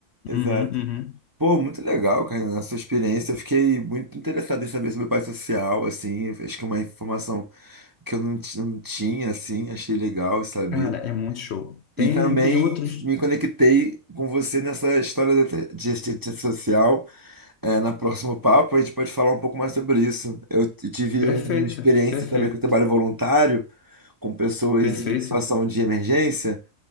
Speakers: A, on the right; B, on the left.
A: Exato.
B: Uhum, uhum.
A: Pô, muito legal, cara, a sua experiência. Eu fiquei muito interessado em saber sobre o pai social, assim. Acho que é uma informação que eu não, ti- não tinha, assim. Achei legal saber.
B: Cara, é muito show. Tem,
A: E também
B: tem outros.
A: me conectei com você nessa história da- de assistência social. É, na próxima papo a gente pode falar um pouco mais sobre isso. Eu t- tive
B: Perfeito,
A: um, uma experiência
B: perfeito,
A: também com o trabalho voluntário, com pessoas
B: perfeito.
A: em situação de emergência,